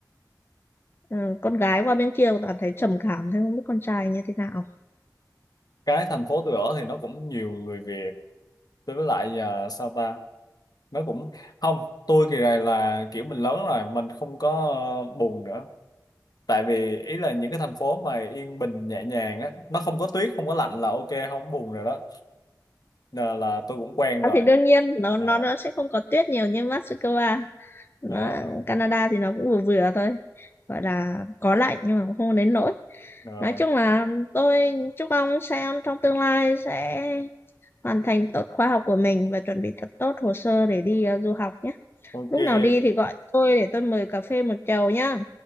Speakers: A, on the left (about 30°); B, on the left (about 60°).
A: ừ, con gái qua bên kia toàn thấy trầm cảm thế không biết con trai như thế nào
B: cái thành phố tôi ở thì nó cũng nhiều người Việt tôi với lại à, sao ta nó cũng không tôi kỳ này là kiểu mình lớn rồi mình không có ờ, buồn nữa tại vì ý là những cái thành phố mà yên bình nhẹ nhàng á nó không có tuyết không có lạnh là ok không có buồn rồi đó là, là tôi cũng quen
A: à,
B: rồi
A: thì đương nhiên nó
B: Ờ,
A: nó nó sẽ không có tuyết nhiều như Moscow nó,
B: ờ,
A: Canada thì nó cũng vừa vừa thôi gọi là có lạnh nhưng mà cũng không đến nỗi
B: rồi
A: nói chung là tôi chúc ông xem trong tương lai sẽ hoàn thành tốt khóa học của mình và chuẩn bị thật tốt hồ sơ để đi ờ, du học nhé
B: ok
A: lúc nào đi thì gọi tôi để tôi mời cà phê một chầu nhá